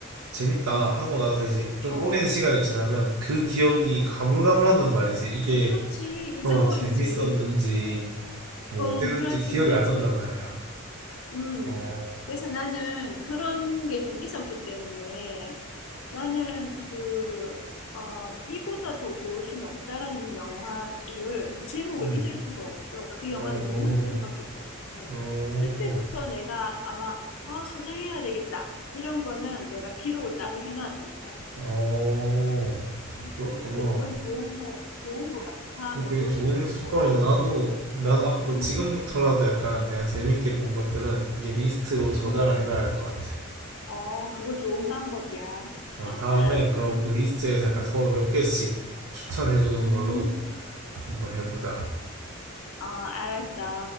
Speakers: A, on the right; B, on the left.
A: 재밌다
B: 응,
A: 하고 나서 이제 좀
B: 어.
A: 오랜 시간이 지나면 그 기억이 가물가물하단 말이지. 이게,
B: 그렇지. 잊어버리지.
A: 어, 재밌었는지, 뭐,
B: 어,
A: 어땠는지
B: 그렇지,
A: 기억이
B: 그렇지.
A: 안 난단 말이야.
B: 음.
A: 어,
B: 그래서 나는 그런 게 좀 있었기 때문에 나는 그, 어, 이보다 더 좋을 수는 없다라는 영화를 그 제목을
A: 음.
B: 잊을 수가 없어. 그 영화를
A: 어.
B: 너무 좋게 봤기 때문에.
A: 어.
B: 그때부터 내가 아마, 아, 소장해야 되겠다. 이런 거는 내가 기록을 따로 해놨던 것 같아.
A: 어.
B: 음,
A: 그렇구나.
B: 그래서 그건 좋은 거, 좋은 거 같아. 다음에
A: 그 되게
B: 볼
A: 좋은
B: 수도 있고.
A: 습관이다. 나도 나도 앞으로
B: 음,
A: 지금부터라도 약간 내가 재밌게 본 것들은 이게 리스트로 저장을
B: 음.
A: 해놔야 할 것 같아.
B: 어, 그거 좋은 방법이야. <laughs>
A: 자, 다음에 그럼 그 리스트에서
B: 음,
A: 약간 서로 몇 개씩 추천해 주는
B: 음.
A: 걸로 한번 해보자.
B: 어, 알았어.